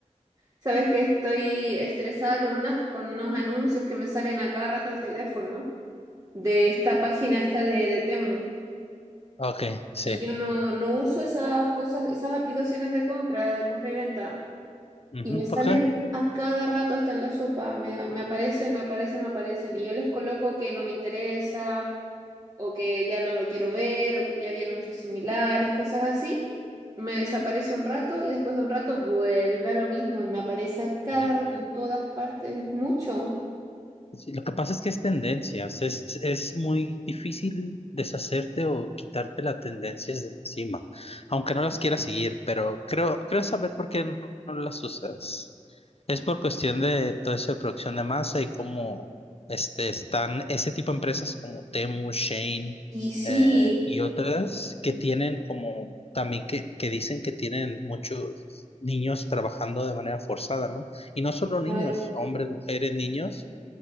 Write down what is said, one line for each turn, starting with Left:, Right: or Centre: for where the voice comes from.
Right: Sabes que estoy estresada con unas, con unos anuncios que me salen a cada rato al teléfono de esta página esta de, de Temu.
Left: Ok, sí.
Right: Y yo no, no uso esas cosas, esas aplicaciones de compra, de compra y venta.
Left: Ujú,
Right: Y me salen
Left: ¿Por qué?
Right: a cada rato hasta en la sopa. Me, me aparecen, me aparecen, me aparecen. Y yo les coloco que no me interesa o que ya no lo quiero ver, o que ya vi anuncios similares, cosas así. Me desaparece un rato y después de un rato vuelve a lo mismo y me aparece a cada
Left: El,
Right: rato
Left: eh,
Right: en todas partes, es mucho.
Left: sí, lo que pasa es que es tendencia. o sea, es, es muy difícil deshacerte o quitarte las tendencias de encima, aunque no las quieras seguir, pero creo, creo saber por qué no no las usas. Es por cuestión de todo eso de producción de masa y cómo este, están ese tipo de empresas como Temu, Shane
Right: Y sí,
Left: eh, y otras que tienen como también que, que dicen que tienen muchos niños trabajando de manera forzada, ¿no? Y no solo niños,
Right: claro.
Left: hombres, mujeres, niños,